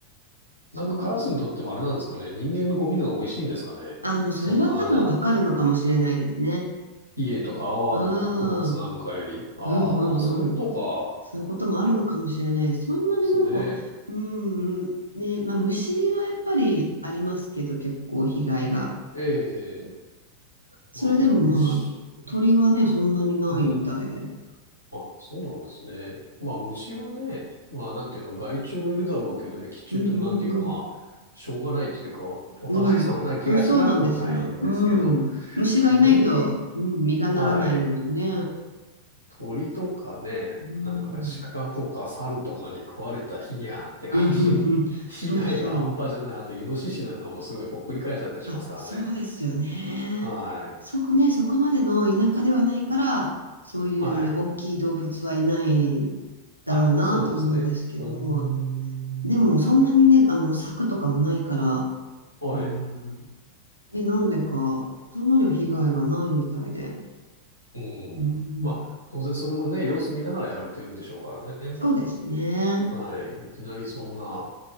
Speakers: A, on the right; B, on the left.
A: そう。
B: なんかカラスにとってもあれなんですかね。人間のゴミの方が美味しいんですかね。
A: あ、もうそれは多分わかるのかもしれないですね。
B: そんな、家とか泡の穀物なんかより。
A: うん。うん
B: ああ、
A: うんうん。
B: そういうことか。
A: そういうこともあるのかもしれない。そんなになんか、
B: ですね。
A: うん、ね、まあ虫はやっぱりありますけど、結構被害が。
B: ええ
A: それでもまあ、
B: まあでも虫、
A: 鳥はね、そんなにないみたいで。
B: うん。あ、そうなんですね。まあ虫はね、まあなんていうの、害虫もいるだろうけど、益虫ってなんていうかまあ、
A: うんうん
B: しょうがないっていうか、お、<laughs> お互い様な気がしなくもないんですけど、
A: うん。うん。あそうなんですよ。うん。虫がいないと、
B: 鳥に、
A: うん、実がならないのでね。
B: はい、鳥とかね、
A: うん。
B: なんか鹿とか猿とかに食われた日にゃーって感じ、
A: うんうんうん。
B: <laughs> 被害が半端じゃない。
A: そうそう。
B: あとイノシシなんかもすごいほっくり返しちゃったりしますからね。
A: あ、そうですよね。
B: はい。
A: そこね、そこまでの田舎ではないから、そういう大きい動物はいない
B: はい。
A: だろうなと思うんですけど、
B: あ、そうなんですね。うーん。
A: でもそんなにね、あの、柵とかもないから、
B: はい。
A: うん、え、なんでか、そんなには被害がないみたいで。
B: うん。
A: うん、
B: まあ、当然それもね、様子見ながらやられてるんでしょうからね。
A: そうですね。
B: はい。いきなりそんな